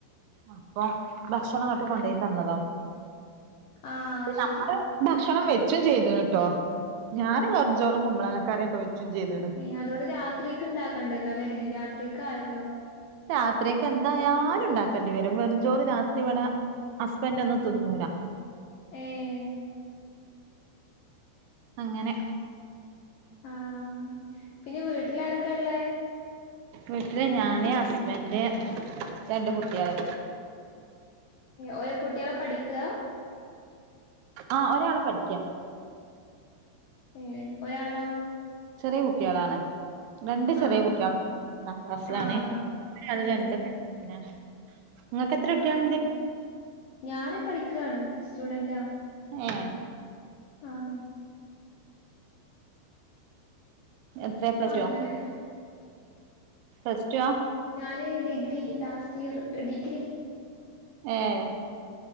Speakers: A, on the right (about 80°); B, on the left (about 75°).
A: അപ്പം ഭക്ഷണം ഇങ്ങട്ട് കൊണ്ടോയി തന്നതാ
B: ആഹ്
A: പിന്നെ
B: ശരി
A: നമ്മള് ഭക്ഷണം വെച്ചും ചെയ്ത്ണ് ട്ടോ ഞാന് വെർചോറും, കുമ്മളങ്ങ കറിക്കെ വെച്ചും ചെയ്ത്ണ്
B: ഏഹ് അതോണ്ട് രാത്രിക്ക് ഇണ്ടാക്കണ്ടല്ലോലെ രാത്രി ക്കായല്ലോ?
A: രാത്രിക്ക് എന്തായാലും ഉണ്ടാക്കേണ്ടി വെരും വെർചോറ് രാത്രി ഇവടെ ഹസ്ബന്റോന്നും തിന്നൂലാ
B: ഏഹ്
A: അങ്ങനെ
B: ആഹ് പിന്നെ വീട്ട്ല് ആരൊക്കെ ഇള്ളേ?
A: വിട്ട്ല് ഞാന്, ഹസ്ബന്റ്, രണ്ട് കുട്ട്യാള്
B: ഒരു കുട്ട്യാള് പഠിക്കാ?
A: ആഹ് ഒരാള് പഠിക്കാ
B: ഏഹ് ഒരാളോ?
A: ചെറിയ കുട്ട്യാളാണ് രണ്ട് ചെറിയ
B: ആഹ്
A: കുട്ട്യാ
B: ആഹ്
A: ഒന്നാം ക്ലാസ്സിലാണ്
B: ആഹ്
A: <unintelligible>
B: അത് ശരി
A: പിന്നെ ങ്ങക്ക് എത്ര കുട്ട്യാള്ണ്ട്?
B: ആഹ് ഞാന് പഠിക്കാണ് സ്റ്റുഡന്റാ
A: ഏഹ്
B: ആഹ്
A: എത്രയാ പ്ലസ്റ്റൊ
B: അങ്ങനെ
A: പ്ലസ് റ്റുവാ
B: ഞാന് ഡിഗ്രി ലാസ്റ്റ് ഇയറ് ഡിഗ്രി
A: ഏഹ്